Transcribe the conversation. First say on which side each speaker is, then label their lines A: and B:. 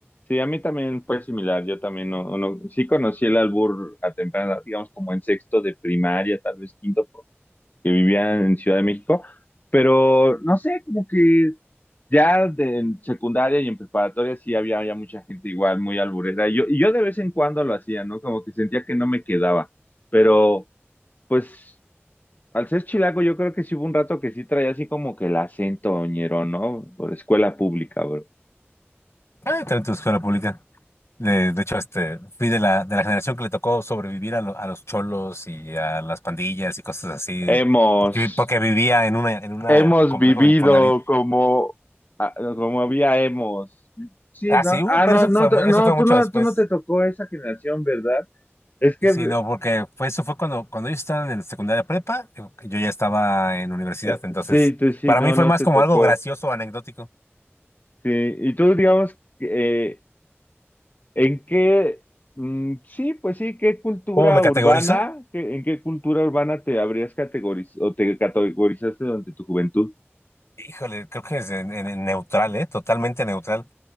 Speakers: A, on the left (about 40°); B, on the left (about 75°).
A: Sí, a mí también fue similar, yo también no, no, sí conocí el albur a temprana edad, digamos, como en sexto de primaria, tal vez quinto, que vivían en Ciudad de México, pero no sé, como que ya de, en secundaria y en preparatoria sí había ya mucha gente igual, muy alburera. Y yo, y yo de vez en cuando lo hacía, ¿no? Como que sentía que no me quedaba. Pero, pues, al ser chilango, yo creo que sí hubo un rato que sí traía así como que el acento oñero, ¿no? Por escuela pública, bro.
B: Ah, también tu escuela pública. De, de hecho, este, fui de la, de la generación que le tocó sobrevivir a, lo- a los cholos y a las pandillas y cosas así,
A: Hemos,
B: porque, vi- porque vivía en una, en una
A: hemos
B: complejo
A: vivido
B: de Infonavit.
A: como, ah, como había hemos. Sí,
B: Ah,
A: ¿no?
B: sí, uh,
A: Ah,
B: pero
A: no,
B: eso
A: no,
B: fue, mu- eso
A: no,
B: fue
A: tú
B: mucho
A: no,
B: después.
A: tú no te tocó esa generación, ¿verdad? Es que
B: Sí, no, porque fue, eso fue cuando, cuando ellos estaban en secundaria prepa, yo yo ya estaba en universidad,
A: eh,
B: entonces
A: sí, tú sí,
B: para
A: no,
B: mí fue
A: no
B: más
A: te
B: como
A: tocó.
B: algo gracioso, anecdótico.
A: Sí, y tú digamos, eh, ¿en qué, mm, sí, pues sí, qué cultura
B: ¿Cómo me categorizo?
A: urbana, qué- en qué cultura urbana te habrías categorizado o te categorizaste durante tu juventud?
B: Híjole, creo que es en- en- en neutral, ¿eh? Totalmente neutral.